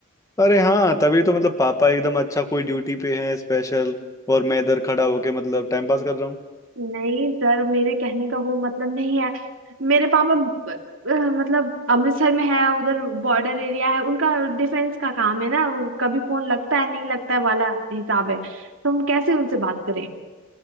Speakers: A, on the left; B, on the right.
A: अरे हाँ तभी तो मतलब पापा एकदम अच्छा कोई ड्यूटी पे है स्पेशल और मैं इधर खड़ा होके मतलब टाइम पास कर रहा हूँ
B: नहीं सर मेरे कहने का वो मतलब नहीं है मेरे पापा ब- अ, मतलब अमृतसर में है उधर बॉर्डर एरिया है उनका डिफेंस का काम है ना वो कभी फोन लगता है नहीं लगता है वाला हिसाब है तो हम कैसे उनसे बात करें